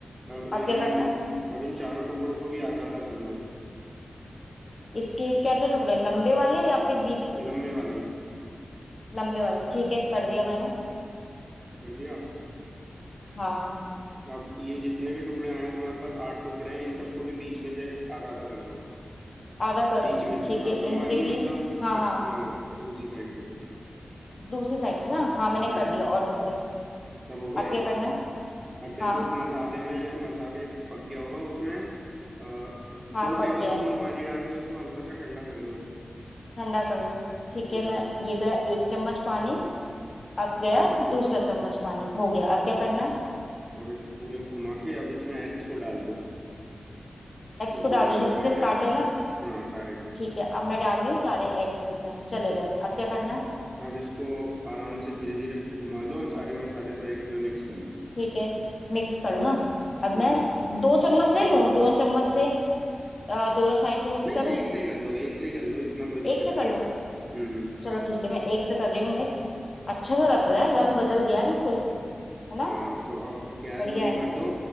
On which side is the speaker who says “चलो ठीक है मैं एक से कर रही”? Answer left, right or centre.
Left